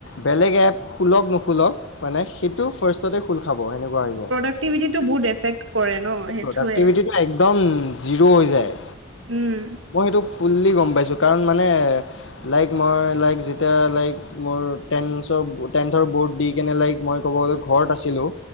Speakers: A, on the left (about 75°); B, on the right (about 80°).
A: বেলেগ এপ খুলক-নুখলক মানে সেইটো ফাৰ্ষ্ট ততে খোল খাব সেনেকোৱা হৈ যায়।
B: প্ৰডাক্টিভিটিটো বহুত এফেক্ট কৰে ন সেইটোৱে
A: প্ৰডাক্টিভিটিতো একদম জিৰ' হৈ যায়।
B: উম।
A: মই সেইটো ফুল্লি গম পাইছো কাৰণ মানে লাইক মই লাইক যেতিয়া লাইক মোৰ টেনছৰ টেন্থৰ বৰ্ড দি কেনে লাইক মই ক'ব গ'লে ঘৰত আছিলো।